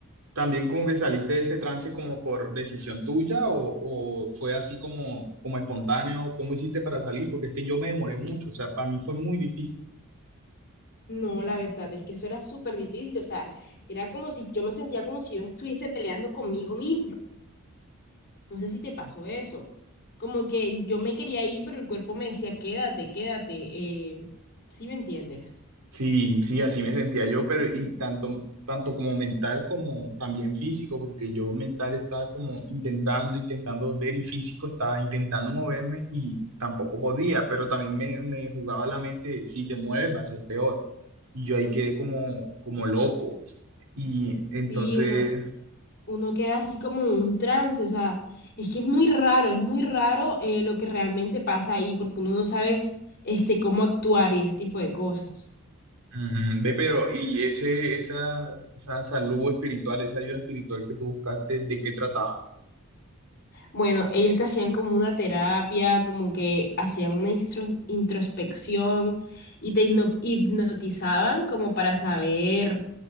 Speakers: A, on the right (about 85°); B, on the left (about 45°).
A: también como que saliste de ese trance como por decisión tuya o, o fue así como, como espontáneo? ¿Cómo hiciste para salir? Porque es que yo me demoré mucho, o sea, para mí fue muy difícil.
B: No, la verdad es que eso era súper difícil. O sea, era como si yo me sentía como si yo estuviese peleando conmigo misma. No sé si te pasó eso. Como que yo me quería ir, pero el cuerpo me decía, quédate, quédate. Eh, ¿sí me entiendes?
A: Sí, sí, así me sentía yo, pero y tanto, tanto como mental como también físico, porque yo mental estaba como intentando, intentando ver y físico estaba intentando moverme y tampoco podía, pero también me, me jugaba la mente, si te mueves va a ser peor. Y yo ahí quedé como, como loco. Y entonces,
B: Sí, uno, uno queda así como en un trance. O sea, es que es muy raro, es muy raro eh, lo que realmente pasa ahí, porque uno no sabe este, cómo actuar y ese tipo de cosas.
A: ujú, ve, pero, y ese, esa, esa salud espiritual, esa ayuda espiritual que tú buscaste, ¿de qué trataba?
B: Bueno, ellos te hacían como una terapia, como que hacían una instro- introspección y te hipno- hipnotizaban como para saber